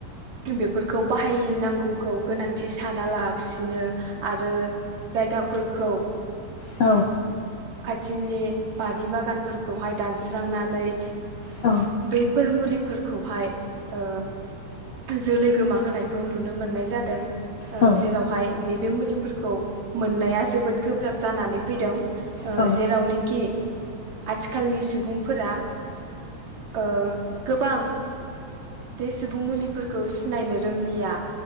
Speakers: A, on the right (about 45°); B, on the left (about 75°).
A: बेफोरखौ बाहायनांगौखौ गोनांथि साना लासिनो आरो जायगा फोरखौ
B: औ
A: खाथिनि बारि बागानफोरखौहाय दानस्रांनानै
B: औ
A: बैफोर मुलि फोरखौहाय ओ जोलै गोमा होनायखौ नुनो मोननाय जादों ओ
B: औ
A: जेरावहाय नैबे मुलिफोरखौ मोननाया जोबोद गोब्राब जानानै फैदों ओ
B: औ
A: जेरावनोखि आथिखालनि सुबुंफोरा ओ गोबां बे सुबुं मुलिफोरखौ सिनायनो रोंलिया